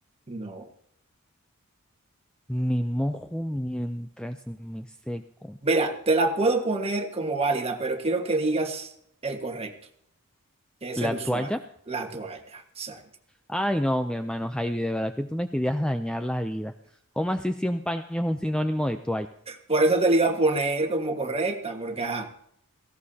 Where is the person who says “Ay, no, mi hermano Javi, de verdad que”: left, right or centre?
Centre